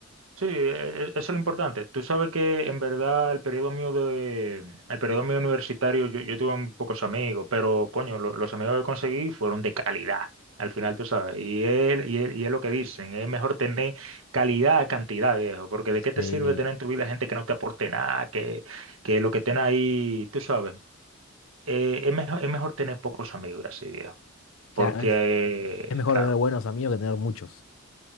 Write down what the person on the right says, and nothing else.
Sí, e- e- eso es lo importante. Tú sabes que en verdad el periodo mío de, el periodo mío universitario, yo, yo tuve muy pocos amigos, pero coño, lo- los amigos que conseguí fueron de calidad. Al final, tú sabes, y él, y él, y es lo que dicen, es mejor tener calidad a cantidad, viejo, porque de qué te
sirve tener en tu vida gente que no te aporte nada, que, que lo que estén ahí, tú sabes, eh, es mejor, es mejor tener pocos amigos así, viejo. Porque,
eh, claro,